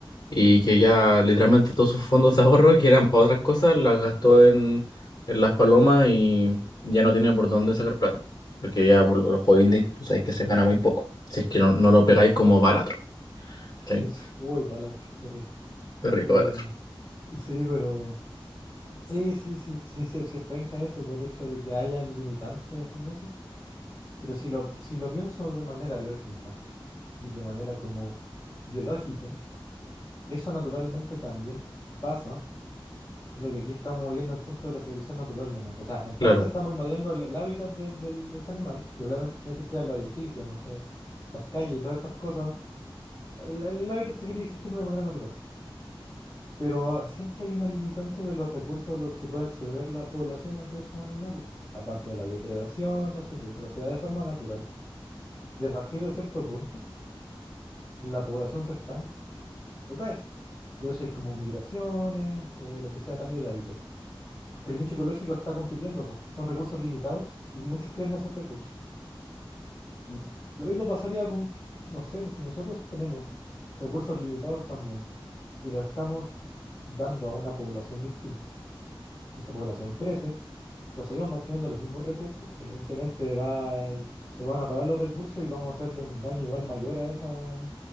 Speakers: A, on the left; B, on the left.
A: y que ya literalmente todos sus fondos de ahorro que eran para otras cosas las gastó en, en las palomas y ya no tiene por dónde sacar plata. Porque ya por los juegos indies tú sabes que se gana muy poco. Si es que no, no
B: Sí,
A: lo pegáis
B: po.
A: como Balatro. ¿Cachai?
B: Sí, sí. Uy, Balatro, qué rico.
A: Qué rico
B: Eh,
A: Balatro.
B: sí, pero... Sí, sí, sí, sí, sí, sí es penca eso por el hecho de que hayan limitantes en eso. Pero si lo, si lo pienso de manera lógica y de manera como biológica, eso naturalmente también pasa, solo que aquí estamos yendo en contra de la selección natural nomás. O sea, en parte
A: Claro,
B: estamos invadiendo el, el hábitat de, del- de ese animal, que probablemente si no existieran los edificios, no sé, las calles y todas estas cosas, el, el hábitat seguiría existiendo de manera natural. Pero ah, siempre hay una limitante de los recursos a los que pueden acceder las poblaciones de esos animales. Aparte de la depredación, no sé qué, pero se da de forma natural. Y a partir de cierto punto, la población se estanca o cae. Por eso hay como migraciones, eh, lo que sea, cambio de hábitat. Porque el nicho ecológico está compitiendo, po. Son recursos limitados y muchos quieren esos recursos. Y lo mismo pasaría con, no sé, si nosotros tenemos recursos limitados también y los estamos dando a una población distinta. que esa población crece, pero seguimos manteniendo los mismos recursos, evidentemente va, se van a parar los recursos y vamos a hacerle un daño igual mayor a esa, a